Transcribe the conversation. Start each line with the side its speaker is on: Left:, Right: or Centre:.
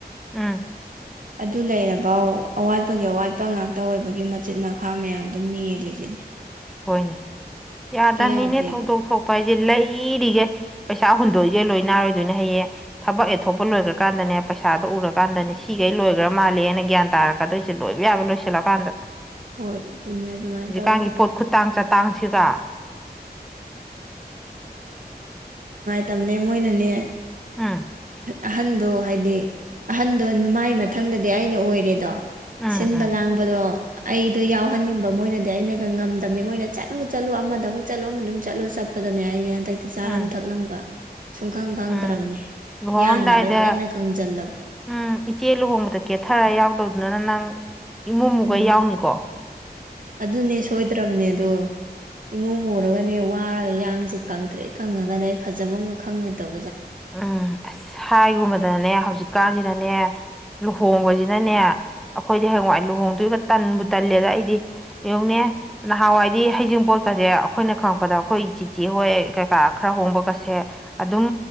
Centre: ꯎꯝ
Right: ꯑꯗꯨ ꯂꯩꯔꯕ ꯑꯋꯥꯠꯄꯒꯤ ꯑꯋꯥꯠꯄ ꯉꯥꯛꯇ ꯑꯣꯏꯕꯒꯤ ꯃꯆꯤꯟ ꯃꯈꯥ ꯃꯌꯥꯝꯗꯨꯣ ꯃꯡꯂꯤꯁꯤꯅꯦ
Centre: ꯍꯣꯏꯅꯦ ꯌꯥꯗꯕꯅꯤꯅꯦ
Right: ꯌꯥꯗꯦꯕ
Centre: ꯊꯧꯗꯣꯛ ꯊꯣꯛꯄ ꯍꯥꯏꯁꯦ ꯂꯩꯔꯤꯒꯦ ꯄꯩꯁꯥ ꯍꯨꯟꯗꯣꯛꯏꯒꯦ ꯂꯣꯏ ꯅꯥꯔꯣꯏꯗꯣꯏꯅꯦ ꯍꯌꯦꯡ ꯊꯕꯛ ꯑꯦꯊꯣꯛꯄ ꯂꯣꯏꯈ꯭ꯔꯀꯥꯟꯗꯅꯦ ꯄꯩꯁꯥꯗꯣ ꯎꯔꯀꯥꯟꯗꯅꯤ ꯁꯤꯈꯩ ꯂꯣꯏꯈ꯭ꯔ ꯃꯥꯜꯂꯦꯅ ꯒ꯭ꯌꯥꯟ ꯇꯥꯔꯛꯀꯗꯣꯏꯁꯦ ꯂꯣꯏꯕ ꯌꯥꯕ ꯂꯣꯏꯁꯤꯜꯂꯀꯥꯟꯗ
Right: ꯍꯣꯏ ꯆꯨꯝꯃꯦ ꯑꯗꯨꯃꯥꯏꯅ
Centre: ꯍꯧꯖꯤꯛꯀꯥꯟꯒꯤ
Right: ꯇꯧ
Centre: ꯄꯣꯠ ꯈꯨꯇꯥꯡ ꯆꯥꯇꯥꯡꯁꯤꯒ
Right: ꯇꯝꯅꯦ ꯃꯣꯏꯅꯅꯦ
Centre: ꯎꯝ
Right: ꯑꯍꯟꯗꯣ ꯍꯥꯏꯗꯤ ꯑꯍꯟꯗꯣ ꯅꯃꯥꯏ ꯃꯊꯪꯗꯗꯤ ꯑꯩꯅ ꯑꯣꯏꯔꯦꯗꯣ
Centre: ꯎꯝ
Right: ꯁꯤꯟꯕ
Centre: ꯎꯝ
Right: ꯂꯥꯡꯕꯗꯣ ꯑꯩꯗꯣ ꯌꯥꯎꯍꯟꯅꯤꯡꯕ ꯃꯣꯏꯅꯗꯤ ꯑꯩꯅꯒ ꯉꯝꯗꯕꯅꯤ ꯃꯣꯏꯅ ꯆꯠꯂꯨ ꯆꯠꯂꯨ ꯑꯃ ꯑꯃꯨꯛ ꯆꯠꯂꯣ ꯃꯅꯨꯡ ꯆꯠꯂꯣ ꯆꯠꯄꯗꯅꯦ ꯑꯩꯅꯦ ꯍꯟꯗꯛꯇꯤ ꯆꯥꯔꯝ
Centre: ꯎꯝ
Right: ꯊꯛꯂꯝꯒ ꯁꯨꯡꯈꯪ ꯈꯪꯗ꯭ꯔꯕꯅꯤ
Centre: ꯎꯝ ꯂꯨꯍꯣꯡꯉꯝꯗꯥꯏꯗ
Right: ꯏꯌꯥꯡꯒꯗꯣ ꯍꯦꯟꯅ ꯀꯪꯖꯜꯂꯕꯅꯤ
Centre: ꯎꯝ ꯏꯆꯦ ꯂꯨꯍꯣꯡꯕꯗ ꯀꯦꯊꯔ ꯌꯥꯎꯗꯧꯅ ꯑꯗꯨꯅ ꯅꯪ ꯏꯃꯨꯡꯃꯨꯒ
Right: ꯎꯝ
Centre: ꯌꯥꯎꯅꯤꯀꯣ
Right: ꯑꯗꯨꯅꯦ ꯁꯣꯏꯗ꯭ꯔꯕꯅꯦꯗꯣ ꯏꯃꯨꯡ ꯃꯔꯒꯅꯦ ꯋꯥꯔꯒ ꯌꯥꯡꯁꯦ ꯀꯪꯗ꯭ꯔꯦ ꯀꯪꯉꯒꯅ ꯑꯩ ꯐꯖꯕ ꯑꯃꯒ ꯈꯪꯉꯣꯏꯗꯧ
Centre: ꯎꯝ ꯑꯁ ꯍꯥꯏꯒꯨꯝꯕꯗꯅꯅꯦ ꯍꯧꯖꯤꯛꯀꯥꯟꯁꯤꯗꯅꯦ ꯂꯨꯍꯣꯡꯕꯁꯤꯅꯅꯦ ꯑꯩꯈꯣꯏꯗꯤ ꯍꯌꯦꯡꯋꯥꯏ ꯂꯨꯍꯣꯡꯗꯣꯏꯒ ꯇꯟꯕꯨ ꯇꯜꯂꯦꯗ ꯑꯩꯗꯤ ꯌꯦꯡꯅꯦ ꯅꯍꯥꯟꯋꯥꯏꯗꯤ ꯍꯩꯖꯤꯡꯄꯣꯠꯀꯁꯦ ꯑꯩꯈꯣꯏꯅ ꯈꯪꯛꯗ ꯑꯩꯈꯣꯏ ꯆꯤꯆꯦ ꯍꯣꯏ ꯀꯩꯀꯥ ꯈꯔ ꯍꯣꯡꯕꯒꯁꯦ ꯑꯗꯨꯝ